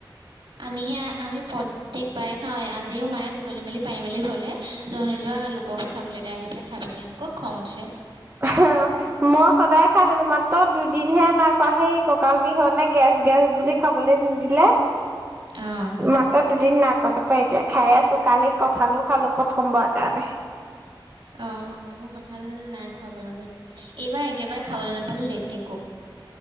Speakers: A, on the right (about 65°); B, on the right (about 25°).
A: আমিহে আমি প্ৰতেয়েক বায় খাওঁৱ আজিও মায়ে বুটলি মেলি পাৰি মেলি চলে জ যোৱা। কব ছাগলী এটা আহি পেলাই খাই পেলাইেনকুৱৈ খং উঠছে।
B: হা। মই সদায় খাইছিলো মাত্ৰ দুদিন হে নাখোৱা সেই ককাল বিহ নে গেছ, গেছ বুলি। খাবলৈ নিদিলে।
A: অ'।
B: মাত্ৰ দুদিন নাইক তাৰপৰা এতিয়া খাই আছো কালি কঁঠালো খালো প্ৰথমবাৰ কাৰণে।
A: অ', অ'মই কঁঠাল নাই খোৱা বাৰু দেই এইবাৰ একেবাৰে খাবলৈ নাপালো লেটেকো।